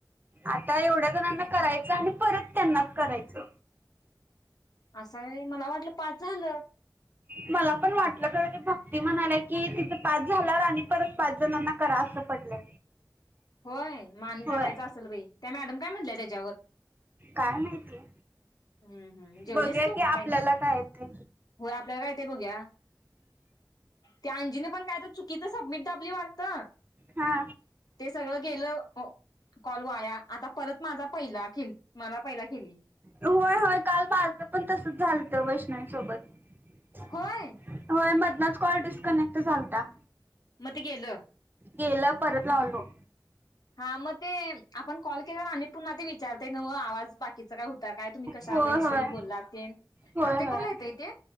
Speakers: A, on the right; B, on the left.
A: आता एवढ्या जणांना करायचं आणि परत त्यांनाच करायचं.
B: असं हाय वय मला वाटलं पाच झालं.
A: मला पण वाटलं खर ती भक्ती म्हणाल्या की तिथ पाच झाल्या आणि परत पाच जणांना करा असं पडलय.
B: होय म आणि
A: होय
B: करायच असल बाई, त्या मॅडम काय म्हटलंय त्याच्यावर.
A: काय माहिती.
B: हम्म हम्म जेवलीस
A: बघूया
B: तू
A: की आपल्याला
B: काही.
A: काय येते
B: होय आपल्याला काय ते बघूया. ते अंजीन पण काय तर चुकीच सबमिट दाबली वाटतं.
A: हा.
B: ते सगळं गेलं, कॉल वाया. आता परत माझा पहिला <unintelligible> मला पहिला खेली.
A: होय होय काल माझं पण तसच झालंत वैष्णवी सोबत.
B: होय.
A: होय मदनच कॉल डिस्कनेक्ट झालता.
B: म ते गेलं.
A: गेलं परत लावलो.
B: हा मग ते आपण कॉल केल्यावर आणि पुन्हा ते विचारतय नवं आवाज बाकीचं काय ‌ हो काय तुम्ही कशा
A: होय
B: वैषयी
A: होय
B: बोलला तेन,
A: होय
B: प्रत्येक
A: होय
B: कॉल येतंय ते.